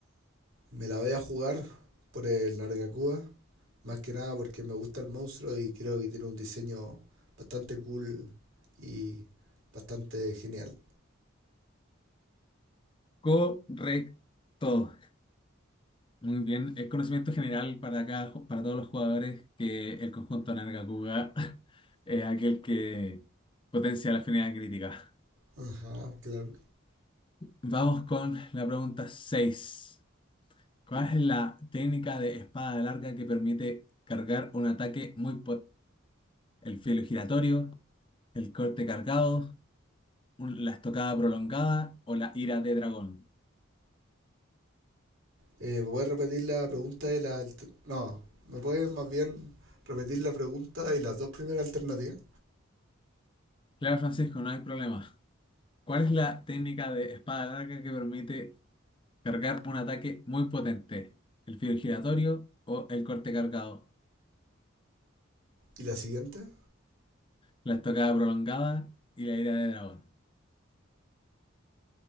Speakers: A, on the right (about 70°); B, on the left (about 25°).
A: Me la voy a jugar por el Nargacuba, más que nada porque me gusta el monstruo y creo que tiene un diseño bastante cool y bastante genial.
B: Correcto. Muy bien. Es conocimiento general para cada, ju- para todos los jugadores que el conjunto Nargacuga <laughs> es aquel que potencia la afinidad crítica.
A: Ajá, claro.
B: Vamos con la pregunta 6. ¿Cuál es la técnica de espada larga que permite cargar un ataque muy potente? ¿El filo giratorio, el corte cargado, un- la estocada prolongada o la ira de dragón?
A: Eh, ¿me puedes repetir la pregunta de la... alter- No, ¿me puedes más bien repetir la pregunta y las dos primeras alternativas?
B: Claro, Francisco, no hay problema. ¿Cuál es la técnica de espada larga que permite cargar un ataque muy potente? ¿El filo giratorio o el corte cargado?
A: ¿Y la siguiente?
B: ¿La estocada prolongada y la ira de dragón?